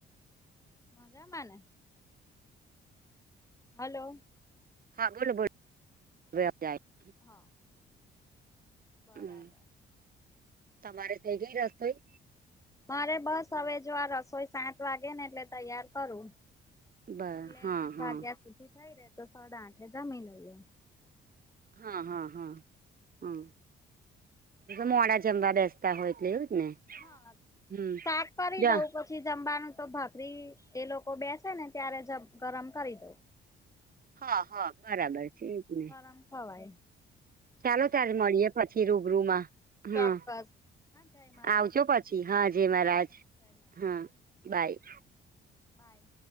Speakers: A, on the left; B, on the right.
A: મજામાંને હલો
B: હા બોલો <inaudible> હવે અવાજ આયો
A: હા બરાબર
B: હમ
A: <inaudible>
B: તમારે થઈ ગઈ રસોઈ
A: મારે બસ હવે જો આ રસોઈ સાત વાગે ને એટલે તૈયાર કરું
B: બ
A: એટલે
B: હા
A: આઠ
B: હા
A: વાગ્યા સુધી થઈ રે તો સાડા આઠે જમી લઈએ
B: હા હા હા હમ મોડા જમવા બેસતા હોય એટલે એવું જ ને
A: હા
B: હમ
A: શાક કરી
B: જા
A: દઉું પછી પછી જમવાનું તો ભાખરી એ લોકો બેસે ને ત્યારે જ ગરમ કરી દઉં
B: હા હા બરાબર છે એ જ ને
A: આમ ખાવાય
B: ચાલો ત્યા્યારે મળીએે પછી રૂબરૂ માં હા
A: ચોક્કસ હા જય મહારાજ
B: આવજો પછી હા જય મહારાજ
A: હા જય મહારાજ
B: હા બાય
A: બાય